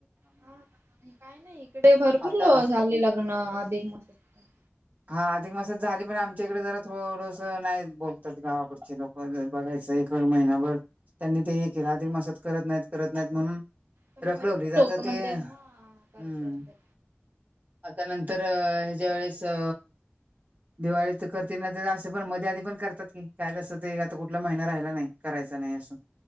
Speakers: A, on the right; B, on the right.
A: हा काही नाही इकडे भरपूर
B: आता
A: लो झाली लग्न अधिक मास पण.
B: हा अधिक मासात झाली पण आमच्या इकडे जरा थोडस नाही बोलतात गावाकडचे लोक बघायचं. ए महिनाभर त्यांनी ते हे केलं अधिक मासात करत नाहीत करत नाहीत म्हणून
A: पण
B: रखडवली
A: भरपूर
B: आता
A: लोकं म्हणते
B: ते
A: हा करतायेत.
B: हम्म आता त्यानंतर अ हेज्या वेळेस अ दिवाळी तर करते ना तर असं पण मध्ये आधी पण करतात की काय अससं ते आता कुठला महिना राहिला नाही करायचा. क नाय आस